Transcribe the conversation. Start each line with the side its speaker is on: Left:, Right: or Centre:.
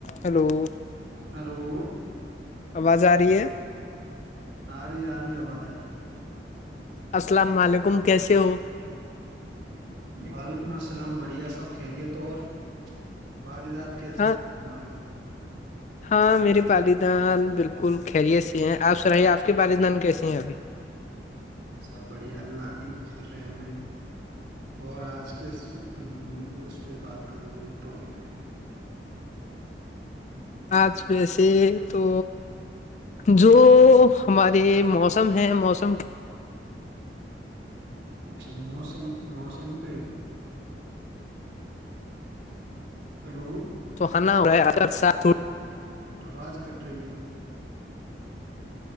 Left: hello
Right: hello
Left: آواز آ رہی ہے
Right: آ رہی ہے آ رہی ہے آواز آ رہی ہے
Left: السلام علیکم کیسے ہو
Right: وعلیکم السلام بڑھیا سب خیری ہے تو اور بدات کیسی
Left: ہاں
Right: ہیں تمہارے
Left: ہاں میرے والدان بالکل خیریت سی ہیں آپ سرائیے آپ کے والدان کیس ہیں ابھی
Right: سب بڑھیا لاقی رہے میں اور آج کس اس پہ بات کرو گے ٹاپک پہ
Left: آج بسے تو جو ہمارے موسم ہیں موسم
Right: اچھا موسم موسم پہ ہلو
Left: تو ہناا ہوا اگر سات
Right: آواز کٹ رہی ہے